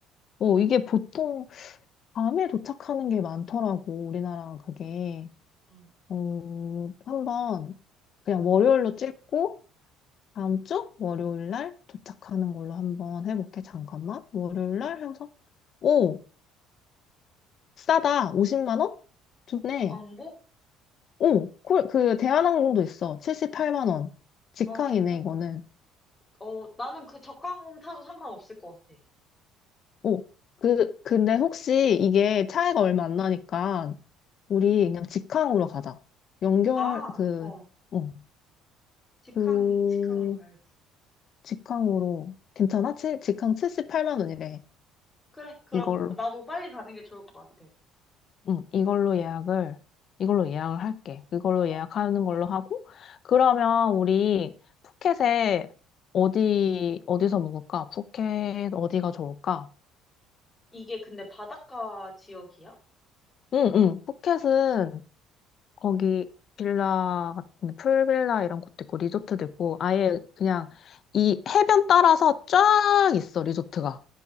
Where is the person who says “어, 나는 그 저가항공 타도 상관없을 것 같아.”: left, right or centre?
Left